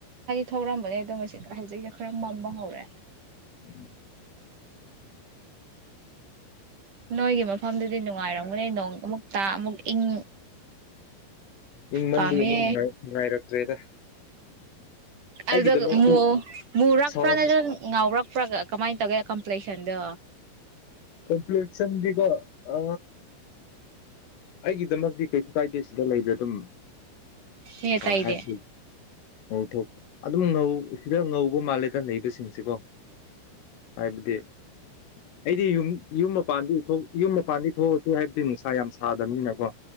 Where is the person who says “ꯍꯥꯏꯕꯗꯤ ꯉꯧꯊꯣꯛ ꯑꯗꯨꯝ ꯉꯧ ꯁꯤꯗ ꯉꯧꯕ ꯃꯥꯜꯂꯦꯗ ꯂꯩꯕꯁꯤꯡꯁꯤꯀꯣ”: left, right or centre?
Left